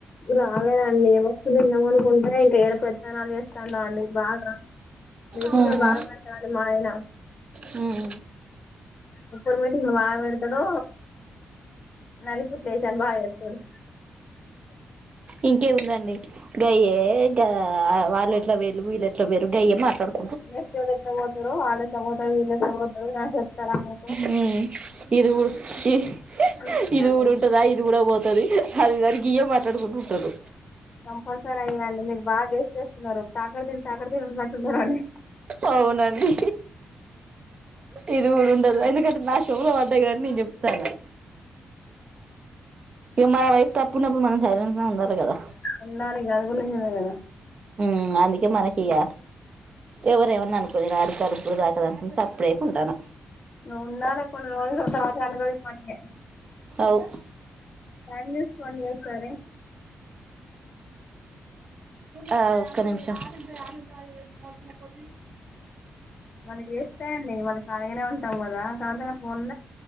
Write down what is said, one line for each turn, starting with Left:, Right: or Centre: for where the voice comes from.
Left: రాలేదండి. వస్తు తిందామనుకుంటే ఇంక ఏడ పెత్తనాలు చేస్తాండో అండి బాగా. మీటింగ్‌లు
Right: హ్మ్
Left: బాగా పెడతాడండి మా ఆయన.
Right: హు
Left: ఉప్పర్ మీటింగులు మాగ పెడతడు నల్లికుట్ల ఏషాలు బాగా ఎత్తడు
Right: ఇంకేముందండి గయ్యే గా వాల్లేట్లా వోయిళ్ళు వెళ్లేట్లా వోయిల్లు గయ్యే మాట్లాడుక్
Left: నెక్స్ట్ ఏవలెట్ల వోతరు వాళ్లుఎట్లా వొతరు వెళ్ళేట్ల వోతరు నాక్ చెప్తారా విళ్ళు
Right: ఉమ్ ఇది కూడ్ ఇది
Left: సెట్లండి.
Right: ఇది కుడ ఉంటందా ఇది కూడా పోతది అదిదాని గియ్యు మనకుంటాకూసుంటాడు
Left: కంపల్సరీ అయిన అండి మీరు బాగా గెస్ చేస్తున్నారు తాకర్ తిన్ తాకడ తిన్ ఉన్నట్టున్నడనీ
Right: అవునండి ఇది కూడా ఉండదు ఎందుకంటే నాష్ చోవులవడ్డదని నేన్ చెప్తన్నా ఇగ మన వైపు తప్పున్నప్పుడు మనం సైలెంట్ గనే ఉండాలి కదా
Left: ఉన్నానీ గదిగునించలేగదా
Right: ఉ అందుకే మనకిగా ఎవరేమన్నా అనుకోని రాని కలుపులు రాకదప్పాదు అని సప్పుడేక ఉకుంటాన్నా
Left: ఉండాలే కొన్ని రోజులు తరువాత అన్ని రోజులు మనకే
Right: అవు
Left: టైం చూసుకోండి ఒకసారి
Right: ఆ ఒక్క నిమిషం కాదిది
Left: మనం చేస్తాయండి మనం ఖాళీగానే ఉంటాం కదా కాకపోతే నా ఫోన్లో